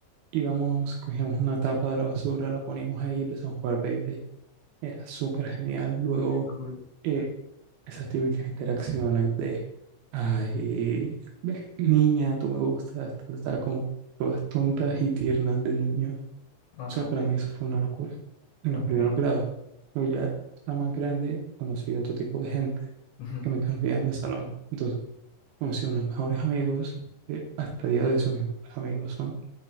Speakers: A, on the right (about 75°); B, on the left (about 80°).
A: íbamos, cogíamos una tapa de la basura, la poníamos ahí y empezamos a jugar Beyblade. Era súper genial. Luego,
B: Qué cool.
A: eh, esas típicas interacciones de, ay, ve- niña, tú me gustas, tú estás como todas tontas y tiernas de niños. O
B: Ajá,
A: sea, para
B: sí.
A: mí eso fue una locura en
B: Ok.
A: los primeros grados. Pero ya, la más grande, conocí otro tipo de gente
B: ujú,
A: que me cambiaban de salón. Entonces, conocí unos mejores amigos, eh, hasta el día de hoy son mis mejores amigos, son un